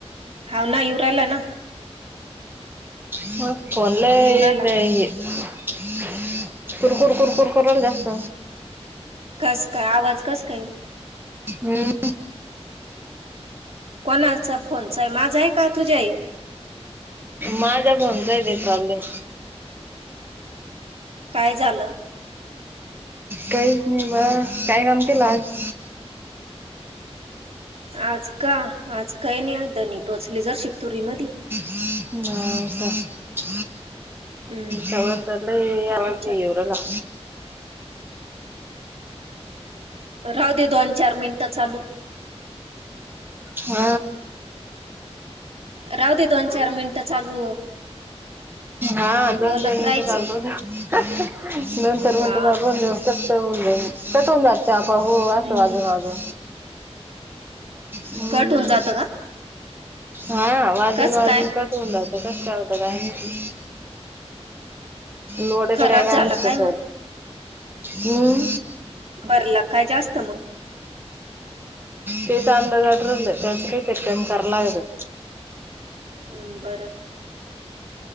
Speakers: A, on the right; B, on the right.
A: हाव ना युवराला ना
B: <unintelligible>
A: युवराला
B: कुरकुर कुरकुर कराला जास्त
A: कस काय आवाज कस काय
B: हम्
A: कोणाचा फोनचा आहे माझा आहे का तुझ्याहय
B: माझा फोनचा आहे ते प्रॉब्लेम
A: काय झालं
B: काहीच नाही ब काय काम केलं आज
A: आज का आज काय नाही दनी टोचली जर शित्तुरी मधे
B: हम् हो का
A: हम्म
B: यावर
A: घरीच्या
B: इवरला
A: राहुदे दोन चार मिंट चालू
B: हो
A: राहुदे दोन चार मिंट चालू
B: हा दोन
A: बोलत
B: चार मिनटं
A: राहायचं
B: चालू राहुद्या, दोन चार मिनटं
A: हा
B: जाईन कटळुन जातं आता हो असं
A: हम्म
B: वाजून वाजून हम्म
A: कट होऊन जातं का
B: हा वाजून
A: कस
B: वाजून
A: काय
B: कटळुन जातं, तसं का होतं काय माहिती नोडीत
A: खराब
B: बे का
A: झाला
B: असतच
A: काय
B: हम्
A: बरला काय जास्त मग
B: ते च अंदज ठरलं त्यासाठी काकाम कराला ह
A: हम्म बरं